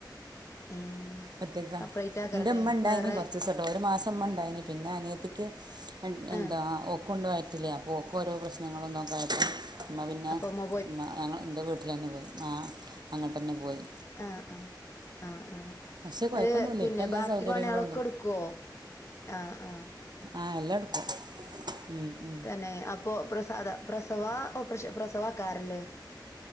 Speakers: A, on the left; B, on the right.
A: ഏ
B: ഒറ്റക്ക
A: സെപ്പറേറ്റ് ആക്കാറല്ലേ
B: എന്റെറ ഉമ്മ ഉണ്ടായിനി
A: വേറെ
B: കുറച്ച് ദിവസട്ടോ ഒരു മാസം മ്മണ്ടായിനി പിന്നെ അനിയത്തിക്ക്
A: ആ
B: എന്താ പക്ക കൊണ്ട പോയിറ്റില്ല അപ്പൊ ഓൾക്കും ഓരോ പ്രശ്നങ്ങളൊന്നുംക്കെയപ്പോും ഇമ്മ പിന്നെ
A: അപ്പൊ ഉമ്മ
B: ഞ എൻ്റെ വീട്ട വട്ടിൽ തന്നെ പോയി ആ അങ്ങട്ട് തന്നെ പോയി
A: ആഹ ആഹ് ആഹ ആ
B: പക്ഷെ
A: എന്നല്
B: കുഴപ്പമൊന്നുമില്ല
A: പിന്നെ
B: ഇപ്പം എല്ലാ
A: ബാക്കി
B: സൗകര്യങ്ങളും
A: പണികളൊക്കെ എടുക്കുവോ ആഹ ആഹ
B: ആഹ എല്ലാം എടുക്കും ഉ ഉ
A: തന്നെ അപ്പൊ പ്രസവം ഓപ്പർഷന പ്രസവക്കാരല്ലേ